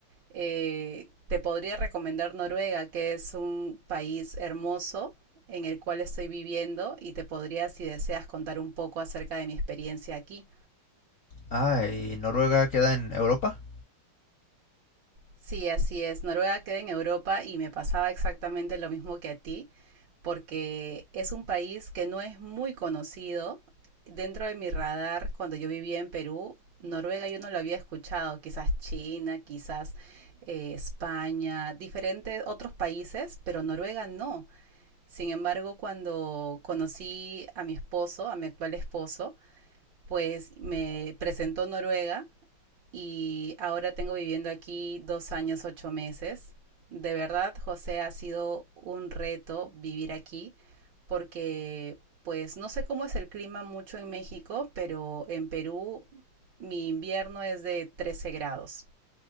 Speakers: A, on the right; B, on the left.
A: eh, te podría recomendar Noruega, que es un país hermoso en el cual estoy viviendo y te podría, si deseas, contar un poco acerca de mi experiencia aquí.
B: Ah, ¿y Noruega queda en Europa?
A: Sí, así es. Noruega queda en Europa y me pasaba exactamente lo mismo que a ti, porque es un país que no es muy conocido. Dentro de mi radar, cuando yo vivía en Perú, Noruega yo no lo había escuchado, quizás China, quizás eh, España, diferentes otros países, pero Noruega no. Sin embargo, cuando conocí a mi esposo, a mi actual esposo, pues me presentó Noruega y ahora tengo viviendo aquí dos años, ocho meses. De verdad, José, ha sido un reto vivir aquí porque pues no sé cómo es el clima mucho en México, pero en Perú mi invierno es de 13 grados.